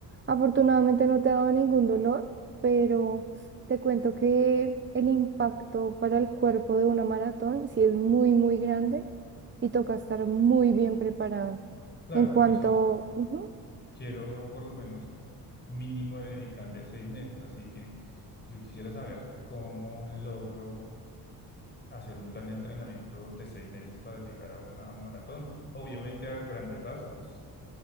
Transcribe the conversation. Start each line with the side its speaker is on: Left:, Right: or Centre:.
Right: Afortunadamente no te ha dado ningún dolor, pero te cuento que el impacto para el cuerpo de una maratón sí es muy, muy grande y toca estar muy bien preparado.
Left: Claro,
Right: En cuanto...
Left: por eso
Right: ujú,
Left: quiero por lo menos mínimo dedicarle seis meses, así que yo quisiera saber cómo logro hacer un plan de entrenamiento de seis meses para llegar a una maratón, obviamente a grandes rasgos,